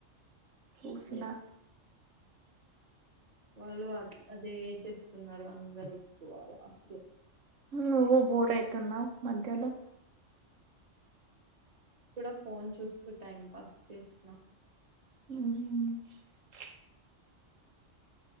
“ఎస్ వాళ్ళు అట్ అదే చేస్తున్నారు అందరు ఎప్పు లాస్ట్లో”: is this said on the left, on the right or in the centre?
Right